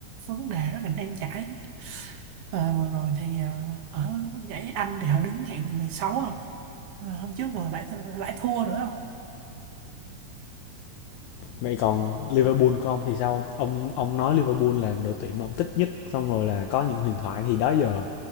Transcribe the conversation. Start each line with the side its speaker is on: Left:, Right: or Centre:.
Right: vấn đề rất là nan giải Ờ, vừa rồi thì à, ở giải Anh thì họ đứng hạng 16 không? Ờ, hôm trước vừa lại th- lại thua nữa không?
Left: vậy còn Liverpool của ông thì sao ông ông nói Liverpool là đội tuyển mà ông thích nhất xong rồi là có những huyền thoại thì đó giờ